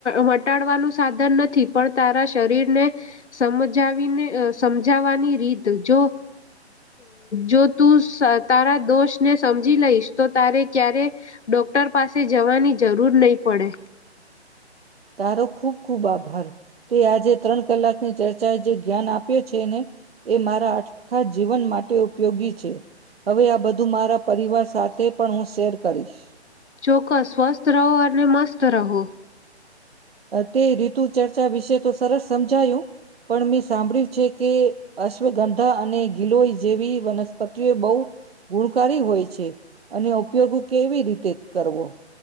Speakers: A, on the left; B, on the right.
A: મટાડવાનું સાધન નથી પણ તારા શરીરને સમજાવીને સમજાવાની રીત જો જો તું તારા દોષને સમજી લઈશ તો તારે ક્યારે ડોક્ટર પાસે જવાની જરૂર નહી પડે
B: તારો ખૂબ ખુબ આભાર તે આજે ત્રણ કલાકની ચર્ચા એ જે જ્ઞાન આપ્યો છે ને એ મારા આખા જીવન માટે ઉપયોગી છે હવે આ બધું મારા પરિવાર સાથે પણ હું શેર કરીશ.
A: ચોક્કસ સ્વસ્થ રહો અને મસ્ત રહો.
B: તે રીતુ ચર્ચા વિશે તો સરસ સમજાયું પણ મેં સાંભળ્યું છે કે અશ્વગંધા અને ગિલોઈ જેવી વનસ્પતિઓ બહું ગુણકારી હોય છે. અને ઉપયોગ કેવી રીતે કરવો